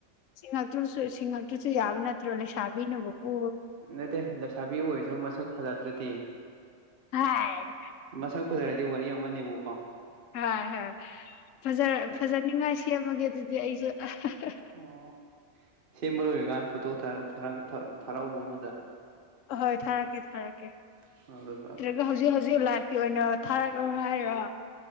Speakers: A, on the left; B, on the right.
A: ꯁꯤꯡꯉꯛꯇ꯭ꯔꯁꯨꯁꯤꯡꯉꯛ ꯇ꯭ꯔꯁꯨ ꯌꯥꯕ ꯅꯠꯇ꯭ꯔꯣ ꯂꯩꯁꯥꯕꯤꯅꯕꯨ ꯄꯨ
B: ꯅꯠꯇꯦ ꯂꯩꯁꯥꯕꯤ ꯑꯣꯏꯁꯨ ꯃꯁꯛ ꯐꯖꯗ꯭ꯔꯗꯤ
A: ꯍꯥꯏ
B: ꯃꯁꯛ ꯐꯖꯔꯗꯤ ꯋꯥꯔꯤ ꯑꯃꯅꯦꯕꯀꯣ
A: ꯍꯣꯏ ꯍꯣꯏ ꯐꯖ꯭ꯔ ꯐꯖꯅꯤꯡꯉꯥꯏ ꯁꯦꯝꯃꯒꯦ ꯑꯗꯨꯗꯤ ꯑꯩꯖꯨ <unintelligible>
B: ꯑꯣ ꯁꯦꯝꯕ ꯂꯣꯏꯔꯀꯥꯟ ꯐꯣꯇꯣ ꯊꯥꯔꯛ ꯊꯥꯔꯛ ꯊꯥꯔꯛ ꯊꯥꯔꯛꯎ ꯑꯃꯗ
A: ꯑꯍꯣꯏ ꯊꯥꯔꯛꯀꯦ ꯊꯥꯔꯛꯀꯦ
B: <unintelligible>
A: ꯑꯗꯨ ꯍꯧꯖꯤꯛ ꯍꯧꯖꯤꯛ ꯂꯥꯏꯐꯀꯤ ꯑꯣꯏꯅ ꯊꯥꯔꯛꯎ ꯍꯥꯏꯔꯣ